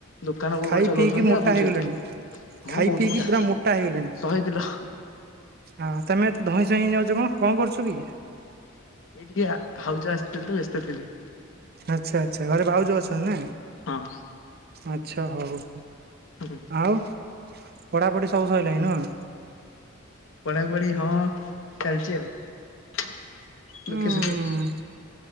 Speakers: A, on the left; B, on the right.
A: ଦୋକାନ କଉ
B: ଖାଇ
A: ଗୋଟେ ଚଲଉଛନ୍ତି
B: ପିଇକି ମୋଟା
A: ଆଉ ଭୋଜି
B: ହେଇଗଲେଣି।
A: ଭାତ।
B: ଖାଇ
A: ହଁ ବହୁତ
B: ପିଇକି
A: ମୋଟା
B: ପୁରା ହେଇଗଲେଣି।
A: ଶହେ କିଲୋ।
B: ହଁ ତମେ ଏତେ ଧଇଁ ସଇଁ ହେଇ ଯାଉଛ କଣ କଣ କରୁଛ କି?
A: ଏଇଟିକେ ଭାଉଜ ଆସିଥିଲେ ତ ବ୍ୟସ୍ତ ଥିଲି।
B: ଆଚ୍ଛା ଆଚ୍ଛା ଘରେ ଭାଉଜ ଅଛନ୍ତି ନା?
A: ହଁ।
B: ଆଚ୍ଛା ହଉ।
A: ହୁଁଁ।
B: ଆଉ ପଢ଼ାପଢ଼ି ସବୁ ସରିଲାଣି ନୁହ?
A: ପଢା ପଢି ହଁ ଚାଲିଛି ଆଉ ଦୁଃଖେ
B: ଉଁ
A: ସୁଖେ।